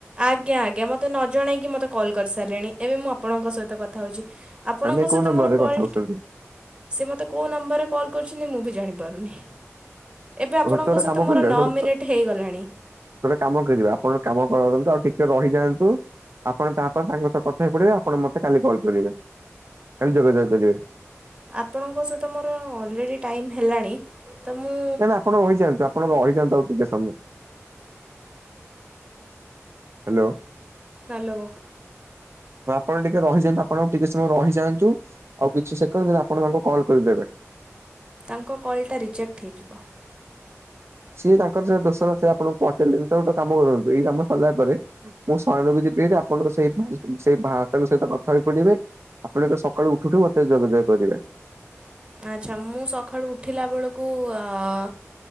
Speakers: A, on the right (about 20°); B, on the right (about 55°).
A: ଆଜ୍ଞା ଆଜ୍ଞା ମୋତେ ନଜଣେଇକି ମୋତେ କଲ୍ କରିସାରିଲେଣି ଏବେ ମୁଁ ଆପଣଙ୍କ ସହିତ କଥା ହୋଉଚି ଆପଣଙ୍କ
B: ମାନେ କୋଉ
A: ସହିତ
B: ନମ୍ବରରେ
A: ମୋର କଲ୍
B: କଥା ହଉଛନ୍ତି?
A: ସେ ମୋତେ କୋଉ ନମ୍ବରରେ କଲ୍ କରିୁଛନ୍ତି ମୁଁ ବି ଜାଣିପାରୁନି। ଏବେ ଆପଣଙ୍କ
B: ଓ ତୁ ଗୋଟେ
A: ସହିତ
B: କାମ
A: ମୋର
B: କରିବା
A: ନଅ ମିନିଟ୍ ହେଇଗଲାଣି।
B: ଗୋଟେ କାମ କରିବା ଆପଣ କାମ କରନ୍ତୁ ଆଉ ଟିକେ ରହିଯାଆନ୍ତୁ। ଆପଣ ତାପରେ ତାଙ୍କ ସହ କଥା ହେଇ ପଡ଼ିବେ ଆପଣ ମତେ କାଲି କଲ୍ କରିବେ କାଲି ଯୋଗାଯୋଗ କରିବେ।
A: ଆପଣଙ୍କ ସହିତ ମୋର ଅଲରେଡ଼ି ଟାଇମ୍ ହେଲାଣି ତ ମୁଁ
B: କାଇଁନା ଆପଣ ରହିଯାଆନ୍ତୁ ଆପଣ ରହିଯାଆନ୍ତୁ ଆଉ ଟିକେ ସମୟ। ହାଲୋ।
A: ହାଲୋ।
B: ହଁ ଆପଣ ଟିକେ ରହିଯାନ୍ତୁ ଆପଣ ଆଉ ଟିକେ ସମୟ ରହିଯାଆନ୍ତୁ ଆଉ କିଛି ସେକେଣ୍ଡ ଆପଣ ତାଙ୍କୁ କଲ୍ କରିଦେବେ।
A: ତାଙ୍କ କଲ୍ଟା ରିଜେକ୍ଟ ହେଇଯିବ।
B: ସିଏ ତାଙ୍କର ଯାଦୋଷ ନଥାଇ ଆପଣଙ୍କୁ ପହଚାଇଲେନିତ ଗୋଟେ କାମ କରନ୍ତୁ ଏଇ କାମ ସରିଲା ପରେ ମୁଁ ଶୟନକୁ ଯିବି ଏବେ ଆପଣଙ୍କ ସେଇ ଭାଇ ସେଇ ଭାତଙ୍କ ସହିତ କଥା ପଡ଼ିବେ ଆପଣ କ ସକାଳୁ ଉଠୁଉଠୁ ମତେ ଯୋଗାଯୋଗ କରିବେ।
A: ଆଚ୍ଛା ମୁଁ ସକାଳୁ ଉଠିଲା ବେଳକୁ ଅ